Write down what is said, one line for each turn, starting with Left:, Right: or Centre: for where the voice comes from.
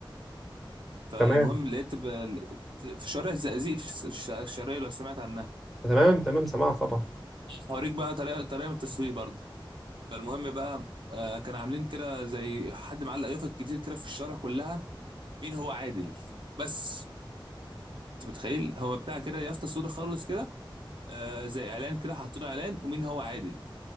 Right: فالمهم
Centre: تمام
Right: لقيت ب- في شوارع الزقازيق في الش- الش- الشرقيه لو سمعت عنها
Centre: تمام تمام سمعت طبعا
Right: هوريك بقى طريقه طريقه من التسويق برضو فالمهم بقى آه، كان عاملين كده زي حد معلق يافط كتير كده في الشارع كلها مين هو عادل بس انت متخيل هو بتاع كده يافطه سودا خالص كده آه زي اعلان كده حطوا له اعلان ومين هو عادل